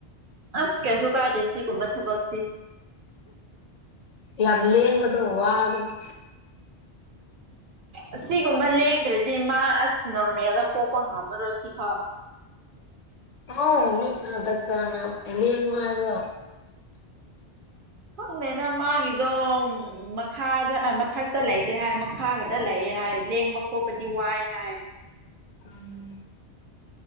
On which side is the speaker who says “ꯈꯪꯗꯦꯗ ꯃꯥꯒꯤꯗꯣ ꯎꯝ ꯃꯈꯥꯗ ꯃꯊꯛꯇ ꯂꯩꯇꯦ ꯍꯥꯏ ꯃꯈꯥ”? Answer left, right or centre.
Right